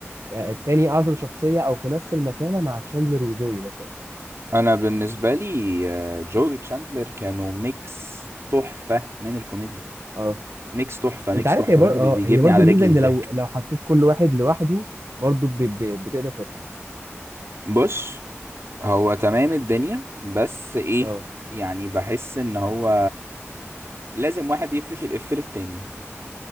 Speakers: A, on the right; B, on the right.
A: آه، التاني اعظم شخصيه او في نفس المكانه مع تشاندلر وجوي مثلا
B: انا بالنسبه لي آه، جوي تشاندلر كانوا ميكس تحفه من الكوميديا
A: آه.
B: ميكس تحفه ميكس
A: انت عارف
B: تحفه
A: هي بر...
B: ممكن بي-
A: اه
B: بيجيبني
A: هي برضو
B: على
A: الميزه
B: رجلي
A: ان
B: من الضحك
A: لو لو حطيت كل واحد لوحده برضو ب... ب... بتقدر تضحك
B: بص هو تمام الدنيا بس ايه
A: اه
B: يعني بحس ان هو لازم واحد يفرش الإف للتاني